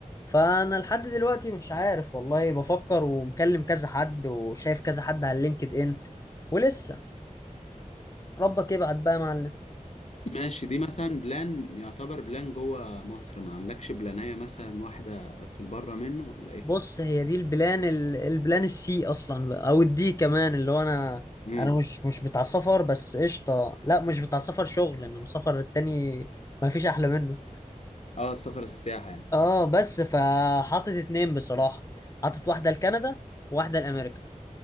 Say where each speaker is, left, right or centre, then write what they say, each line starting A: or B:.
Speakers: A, on the left; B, on the left.
A: فانا لحد دلوقتي مش عارف والله بفكر ومكلم كذا حد وشايف كذا حد على اللينكد ان ولسه ربك يبعد بقى يا معلم
B: ماشي دي مثلا بلان يعتبر بلان جوه مصر ما عندكش بلانية مثلا واحدة في البره منه ولا ايه
A: بص هي دي البلان ال- البلان السي اصلا بقى، او الدي كمان اللي هو انا
B: امم
A: انا مش مش بتاع سفر بس قشطه لا مش بتاع سفر شغل انما سفر التاني ما فيش احلى منه
B: اه السفر السياحة يعني
A: اه بس فحاطط اتنين بصراحه حاطط واحده لكندا وواحده لامريكا